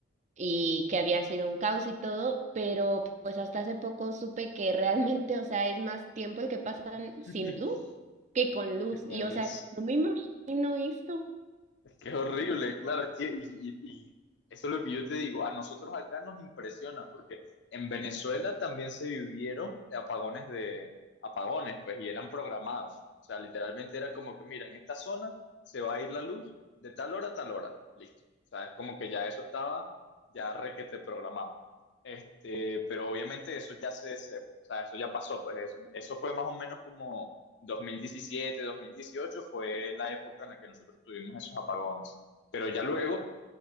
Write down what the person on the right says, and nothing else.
y que había sido un caos y todo, pero pues hasta hace poco supe que realmente, o sea, es más tiempo el que pasan
sin luz que con luz,
y o
sea, no me imagino eso.